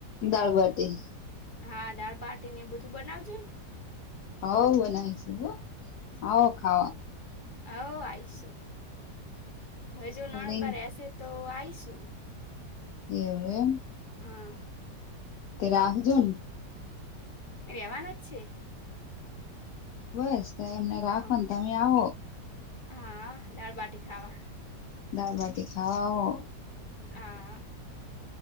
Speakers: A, on the left; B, on the left.
A: દાળબાટી.
B: હા દાળબાટી ને એ બધું બનાવજો ને.
A: હઉ બનાયશુ હો આવો ખાવા
B: હ આઈશું હવે
A: સ્પરિંગ
B: જો નણંદ બારે સે તો આઈશ. શું?
A: એવું એમ.
B: હા.
A: તે રાહુજન.
B: મે રહેવાના જ છે.
A: બસ એમને રાખો
B: હા
A: ને તમે આવો.
B: હા દાળબાટી ખાવા.
A: દાલબાટી ખાવા આવો.
B: હા